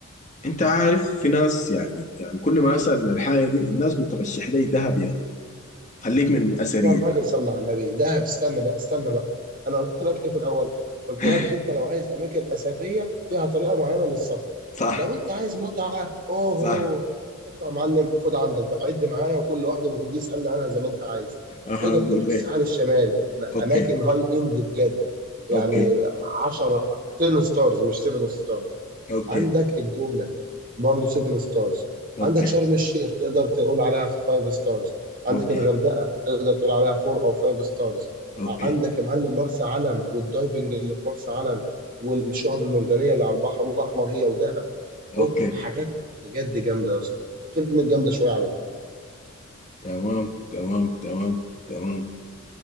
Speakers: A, on the left (about 35°); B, on the right (about 40°).
A: انت عارف في ناس يعني يعني كل ما اسأل من الحاجة دي الناس بترشح لي دهب يا يعني. خليك من أثرية
B: يا راجل صلى على النبي دهب استنى بقى استنى بقى انا قلت لك ايه في الاول قلت
A: <laughs>
B: لك انت لو عايز اماكن اثريه فيها طريقه معينه للسفر
A: صح
B: لو انت عايز متعه اوهو
A: صح
B: اطلع يا معلم خد عندك بقى عد معايا وكل واحده من دي اسالني عنها زي ما انت عايز
A: اها
B: تقدر
A: اقول
B: تروح الساحل
A: ليه
B: الشمالي م-
A: اوكي
B: اماكن هاي اند بجد يعني
A: اوكي
B: 10 10 ستارز مش 7 ستارز
A: اوكي
B: عندك الجونة برضه 7 ستارز
A: اوكي
B: عندك شرم الشيخ تقدر تقول عليها 5 ستارز عندك
A: اوكي
B: الغردقة تقدر تقول عليها 4 أو 5 ستارز
A: اوكي
B: عندك يا معلم مرسى علم والدايفنج اللي في مرسى علم والشعب المرجانية اللي على البحر الأحمر هي ودهب
A: اوكي
B: أوه حاجات بجد جامدة يا اسطى كلمة جامدة شوية عليك
A: تمام تمام تمام تمام